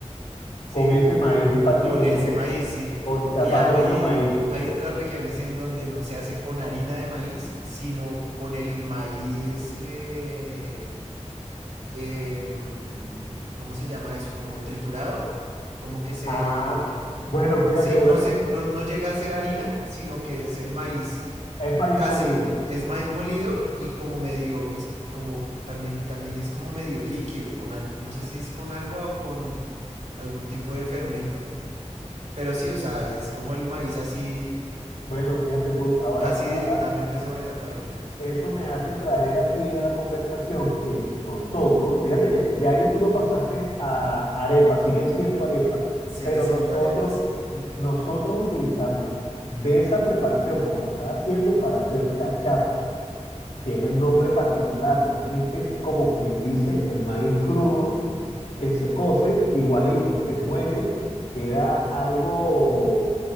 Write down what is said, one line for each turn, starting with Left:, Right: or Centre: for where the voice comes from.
Right: ¿sí?
Left: con ese maíz en particular,
Right: Con ese
Left: porque,
Right: maíz, sí.
Left: porque
Right: Y
Left: aparte
Right: a- hay,
Left: es otro maíz.
Right: hay otras regiones en donde no se hace con harina de maíz, sino con el maíz eh, eh, ¿cómo se llama eso? Como triturado, como que se...
Left: Ah, bueno, fíjate,
Right: Sí,
Left: voy
Right: no,
Left: a to-
Right: se, no, no llega a ser harina, sino que es el maíz
Left: es maíz
Right: casi
Left: molido.
Right: es maíz molido y como medio es como también también es como medio líquido con al, no sé si es con agua o con algún tipo de fermento pero sí o sea es como el maíz así
Left: Bueno, fíjate tú, ahora,
Right: casi directamente
Left: ahora
Right: sobre la paila
Left: eso me hace traer aquí a la conversación que nosotros, fíjate que ya ahí tú lo pasaste a arepa, sigue siendo arepa,
Right: sigue
Left: pero
Right: siendo
Left: nosotros,
Right: arepa sí
Left: nosotros utilizamos de esa preparación, como lo estás haciendo, para hacer cachapas, que es el nombre particular, realmente es como quien dice el maíz crudo que se cose, igualito, se muele, queda algo,